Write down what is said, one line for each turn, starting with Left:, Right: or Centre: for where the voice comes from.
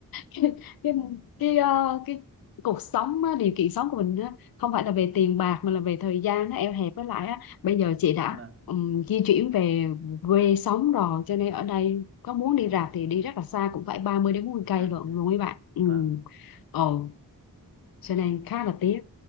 Left: cái cái cái, ờ, cái cuộc sống á, điều kiện sống của mình á, không phải là về tiền bạc mà là về thời gian nó eo hẹp với lại á, bây giờ chị đã
Right: vâng
Left: ừm, di chuyển về quê sống rồi cho nên ở đây có muốn đi rạp thì đi rất là xa cũng phải 30 đến 40 cây
Right: à
Left: lận luôn mấy bạn ừ.
Right: vâng
Left: ồ cho nên khá là tiếc